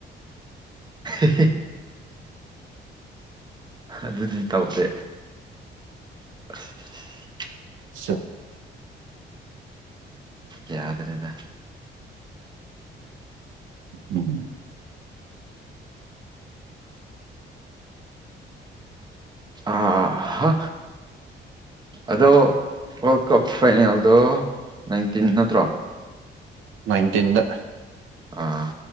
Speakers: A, on the right; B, on the right.
A: ꯍꯦꯍꯦꯍꯦ ꯑꯗꯨꯗꯤ ꯇꯧꯗꯦ <inaudible>
B: ꯁ <inaudible>
A: ꯌꯥꯗ꯭ꯔꯦꯗ
B: ꯎ
A: ꯑꯥ ꯑꯗꯣ ꯋꯥꯔꯜ ꯀꯞ ꯐꯥꯏꯅꯦꯜꯗꯣ ꯅꯥꯏꯟꯇꯤꯟ ꯅꯠꯇ꯭ꯔꯣ
B: ꯃꯥꯏꯟꯇꯤꯟꯗ
A: ꯑꯥ